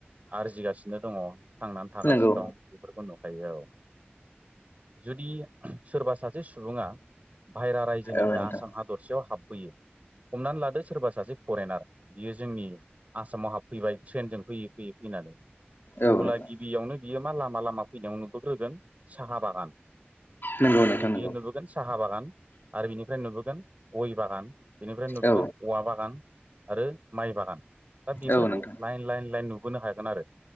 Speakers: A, on the right; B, on the left.
A: आरजिगासिनो दङ थांनानै थागासिनो
B: नंगौ
A: दं बेफोरखौ नुखायो औ जुदि सोरबा सासे सुबुङा बाहेरा रायजोनिफ्राय
B: औ नोंथां औ नोंथां
A: आसाम हादरसेयाव हाबफैयो हमनानै लादो सोरबा सासे फरेनार बियो जोंनि आसामाव हाबफैबाय ट्रेनजों फैयै फैयै फैनानै
B: औ
A: अब्ला
B: नोंथां
A: बियो बियावनो बियो मा लामा लामा फैनायाव नुबोग्रोगोन साहा बागान
B: नंगौ
A: माने
B: नोंथां नंगौ
A: बियो नुबो साहा बागान आरो बिनिफ्राय नुबोगोन गय बागान बेनिफ्राय नुबोगोन
B: औ
A: औवा बागान आरो माइ बागान दा बेफोरखौ
B: औ नोंथां
A: लाइन लाइन लाइन नुबोनो हागोन आरो